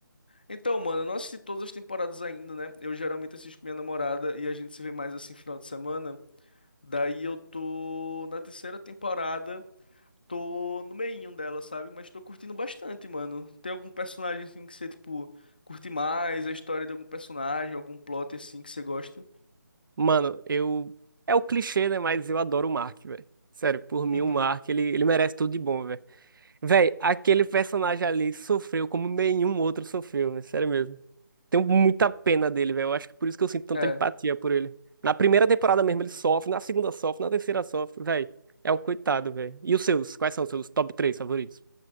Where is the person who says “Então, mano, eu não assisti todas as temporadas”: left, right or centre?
Left